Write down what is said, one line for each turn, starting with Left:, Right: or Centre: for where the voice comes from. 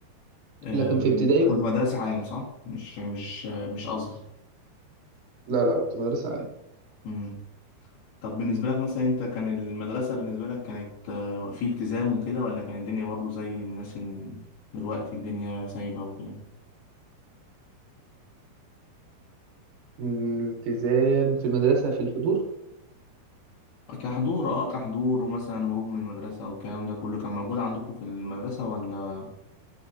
Left: آه،
Right: <clears throat> لكن في ابتدائي
Left: كنت مدرسة عام صح؟ مش مش مش أزهر
Right: لا لا كنت مدرسة عام
Left: مم. طب بالنسبة لك مثلا انت كان المدرسة بالنسبة لك كانت آه، في التزام وكده ولا كانت الدنيا برضو زي الناس ال- دلوقتي الدنيا سايبة وكده
Right: الالتزام في المدرسة في الحضور
Left: كحضور اه كحضور ومثلا هروب من المدرسة والكلام ده كله كان موجود عندكم في المدرسة ولا